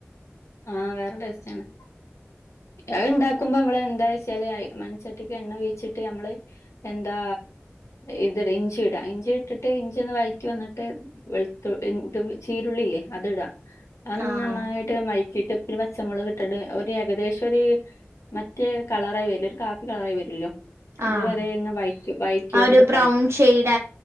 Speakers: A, on the left; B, on the right.
A: ആഹ് വേറെ ടേസ്റ്റാണ് അത് ണ്ടാക്കുമ്പോ നമ്മള് എന്താച്ചാല് അത് മൺചട്ടിക്ക് എണ്ണ ഒഴിച്ചിട്ട് നമ്മള് എന്താ ഇത്ട ഇഞ്ചിട ഇഞ്ചിട്ട്ട്ട് ഇഞ്ചി ഒന്ന് വഴറ്റി വന്ന്ട്ട് വെൾത്തു തും ചീരുള്ളില്ലേ അത്ടാ അത്
B: ആഹ്
A: നന്നായിട്ട് വഴ റ്റിട്ട് ഒരു പച്ചമൊളക്ട്ട്ട്ട് ഒരു ഏകദേശൊര് മറ്റേ കളറായി വെര്ല്ലെ ഒരു കാപ്പി കളറായി വെരില്ലോ അത്
B: ആഹ്
A: വെരെ ഇങ് വഴറ്റി വഴറ്റോണ്ട്ക്കണം
B: ആ ഒരു ബ്രൗൺ ഷെയ്ഡ്